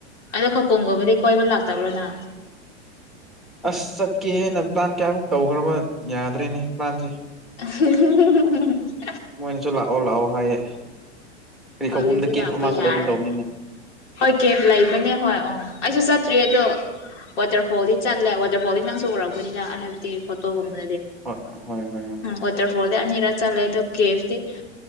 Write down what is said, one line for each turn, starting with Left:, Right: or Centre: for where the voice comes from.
Left: ꯑꯗꯣ ꯈꯄꯝꯒꯨꯝꯕꯗꯤ ꯀꯣꯏꯕ ꯂꯥꯛꯇꯕ꯭ꯔꯣꯅ
Centre: ꯑꯁ ꯆꯠꯀꯦꯦꯅ ꯄ꯭ꯂꯥꯟ ꯀꯌꯥꯃꯨꯛ ꯇꯧꯈ꯭ꯔꯕ ꯌꯥꯗ꯭ꯔꯦꯅꯦ ꯄ꯭ꯂꯥꯟꯁꯦ
Left: <unintelligible>
Centre: ꯃꯣꯏꯅꯁꯨ ꯂꯥꯛꯑꯣ ꯂꯥꯛꯑꯣ ꯍꯥꯏꯌꯦ ꯀꯔꯤ
Left: ꯍꯧꯖꯤꯛꯇꯤ
Centre: ꯈꯧꯄꯨꯝꯗ ꯀꯦꯐ
Left: ꯂꯥꯛꯄ
Centre: ꯑꯃꯁꯨ
Left: ꯌꯥꯔꯦꯅꯦ
Centre: ꯂꯩꯒꯨꯝ ꯇꯧꯕꯅꯤꯅꯦ
Left: ꯍꯣꯏ ꯀꯦꯐ ꯂꯩꯕꯅꯦ ꯍꯣꯏ ꯑꯣ ꯑꯩꯁꯨ ꯆꯠꯇ꯭ꯔꯤ ꯑꯗꯣ ꯋꯥꯇꯔꯐꯣꯜꯗꯤ ꯆꯠꯂꯦ ꯋꯥꯇꯔꯐꯣꯜꯗꯤ ꯅꯪꯁꯨ ꯎꯔꯛꯕꯅꯤꯅ ꯍꯥꯏꯕꯗꯤ ꯐꯣꯇꯣꯒꯨꯝꯕ
Centre: ꯍꯣꯏ ꯍꯣꯏ ꯍꯣꯏ ꯍꯣꯏ
Left: ꯋꯥꯇꯔ ꯐꯣꯜꯗ ꯑꯅꯤꯔ ꯆꯂꯦ ꯀꯦ